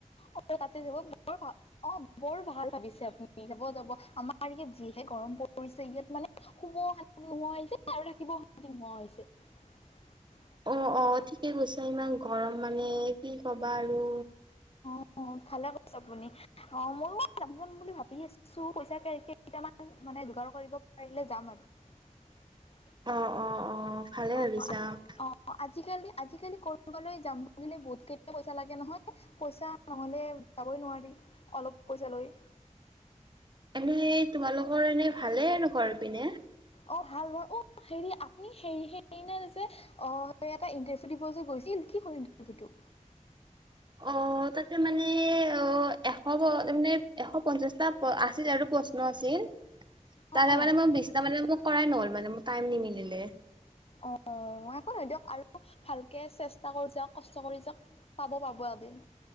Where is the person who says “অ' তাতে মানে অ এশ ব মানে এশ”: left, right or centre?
Right